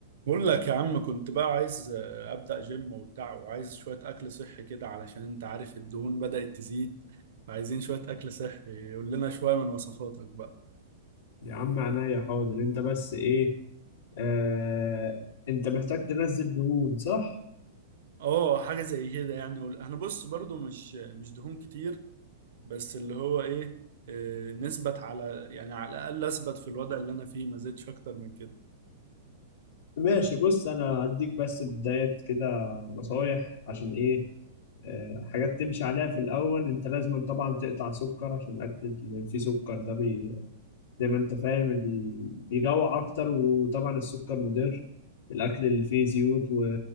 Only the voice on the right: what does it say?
بقول لك يا عم كنت بقى عايز آه، ابدا جيم وبتاع وعايز شويه اكل صحي كده علشان انت عارف الدهون بدات تزيد فعايزين شويه اكل صحي قول لنا شويه من وصفاتك بقى
اه حاجه زي كده يعني قول- انا بص برضو مش مش دهون كتير بس اللي هو ايه آه، نثبت على يعني على الاقل اثبت في الوضع اللي انا فيه ما زدتش اكتر من كده